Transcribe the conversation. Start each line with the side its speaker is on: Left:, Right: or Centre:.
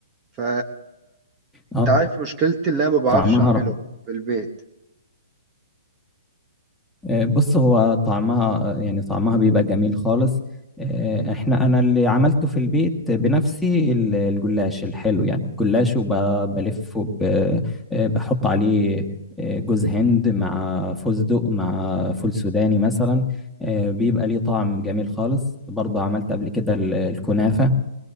Right: ف
Centre: اه
Right: انت عارف مشكلتي اللي انا ما بعرفش
Centre: طعمها
Right: اعمله في البيت
Centre: آه، بص هو طعمها آه، يعني طعمها بيبقى جميل خالص آه، احنا انا اللي عملته في البيت بنفسي ال- الجلاش الحلو يعني الجلاش وبلفه بحط عليه آه، جوز هند مع فستق مع فول سوداني مثلا آه، بيبقى ليه طعم جميل خالص برضه عملت قبل كده ال- الكنافة